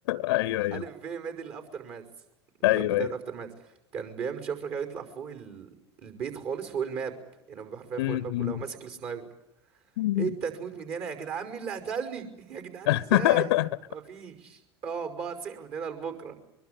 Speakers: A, on the left; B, on the right.
A: ايوه ايوه
B: ألف في ميدل أفتر ماس الماب
A: ايوه
B: بتاعت
A: ايوه
B: أفتر ماس كان بيعمل شفرة كده يطلع فوق ال... البيت خالص فوق الماب يعني هو بيبقى حرفيا فوق
A: م-
B: الماب كلها وماسك السنايبر
A: م.
B: إيه انت هتموت من هنا يا جدعان مين اللي قتلني <laughs> يا جدعان
A: <laughs>
B: ازاي مفيش اه بقى تصيح من هنا لبكره